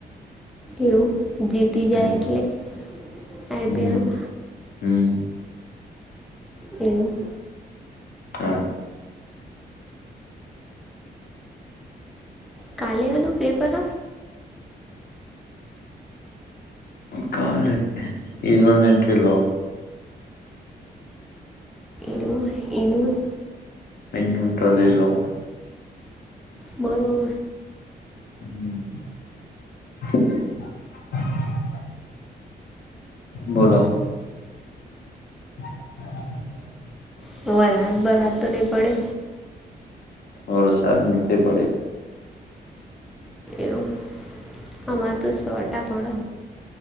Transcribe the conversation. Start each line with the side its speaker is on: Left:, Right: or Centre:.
Centre: એવ. જીતી જાય
Left: હમ
Centre: એટલે. આઈપીએલ.
Left: હમ હમ
Centre: એવું.
Left: હમ્મ.
Centre: કાલેવાનું પેપર
Left: કલે ન એન્ટ્રી લો.
Centre: એ એનું.
Left: એ રહે એલો.
Centre: બરોબર.
Left: હમ. <unintelligible> બોલો. <inaudible>
Centre: હ રાત બર રાત તો નહી પડે.
Left: વરસાદ નથી પડ્યો.
Centre: એવું આમાં તો સોટા પડો.